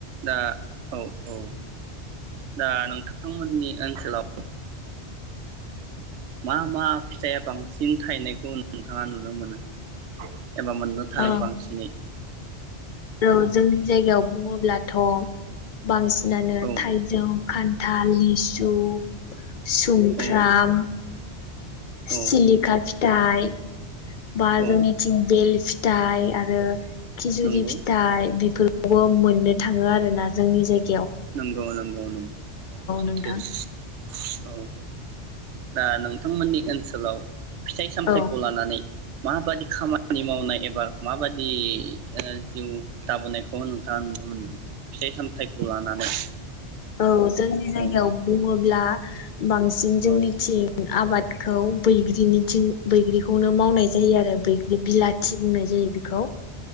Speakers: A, on the right (about 80°); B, on the left (about 55°).
A: दा औ औ दा नोंथांमोननि ओनसोलाव मा मा ओ फिथाइया बांसिन थायनायखौ नोंथाङा नुनो मोनो? एबा मोननो थाङो
B: औ
A: बांसिनै
B: औ जोंनि जायगायाव बुङोब्लाथ' बांसिन मोनो
A: औ
B: थाइजौ खान थाल लिसु सुमफ्राम
A: औ औ
B: सिलिखा फि दाइ <unintelligible>
A: औ
B: दाइ आरो खिजुरि
A: नंगौ
B: फिथाइ बेफोर मोननो थाङो आरोना जोंनि जायगायाव
A: नंगौ नंगौ नंगौ औ सैथो
B: नोंथां
A: औ दा नोंथांमोननि ओनसोलाव फिथाइ सामथायाइखौ
B: औ
A: लानानै माबादि खामानि मावनाय एबा माबादि जिउ ओ दाबोनायखौ नोंथाङा नुनो मोनदों फिथाइ सामथाइखौ खौ लानानै
B: औ जोंनि जायगायाव
A: औ
B: बु ब्ला बांसिन जोंनिथिं
A: औ
B: आबाद खौ बैग्रिनिथिं बैग्रिखौनो मावनाय जायो आरो बैग्रि बिलाथि बुंनाय जायो बेखौ